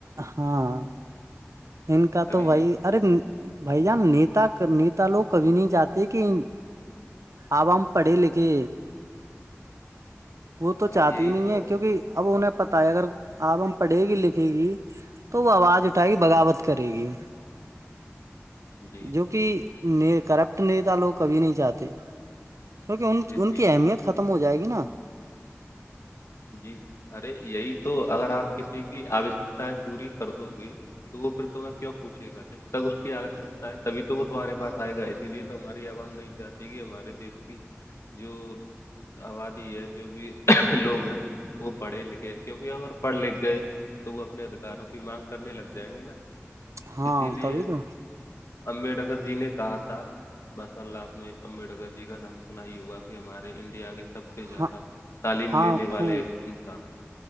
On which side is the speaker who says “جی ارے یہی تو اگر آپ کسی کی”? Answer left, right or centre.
Left